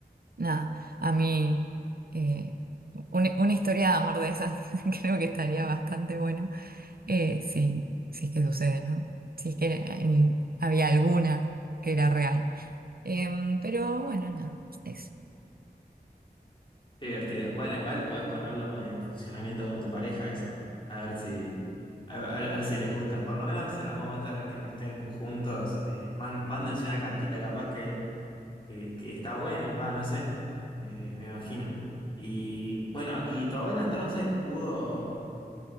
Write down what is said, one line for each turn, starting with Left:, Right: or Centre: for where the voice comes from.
Right: nada, a mí eh, una, una historia de amor de esas <laughs> creo que estaría bastante bueno, eh, si, si es que sucede, ¿no? Si es que en- había alguna que era real. Em, pero bueno, nada, eso.
Left: Qué divertido. Bueno, igual podés ponerlo en funcionamiento con tu pareja eso. A ver si, a, a- a ver si les gusta. Por lo menos en algún momento en el que no estén juntos, eh, man- mándense una cartita capaz que, que, que está bueno, va, no sé. Eh, me imagino. Y bueno, ¿y tu abuela entonces pudo?